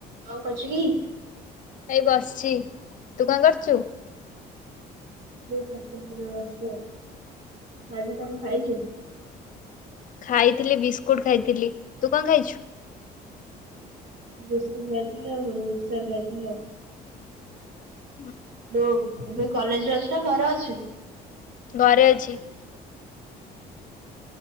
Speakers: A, on the right; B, on the left.
A: କଣ କରୁଚୁ କି?
B: ଏଇ ବସିଛି ତୁ କଣ କରୁଛୁ?
A: ଦେଇ ତାଙ୍କର ବଢିଆ ବାସ୍ନା, ଆଜି କଣ ଖାଇଛୁ?
B: ଖାଇଥିଲି ବିସ୍କୁଟ ଖାଇଥିଲି। ତୁ କଣ ଖାଇଛୁ?
A: ବିସ୍କୁଟ ଖାଇଥିଲି ଆଉ ମୁଢି ମିକ୍ସର ଖାଇଥିଲି ଆଉ।
B: ହୁଁ।
A: ତୁ ଏବେ କଲେଜ ରେ ଅଛୁ ନା ଘରେ ଅଛୁ?
B: ଘରେ ଅଛି।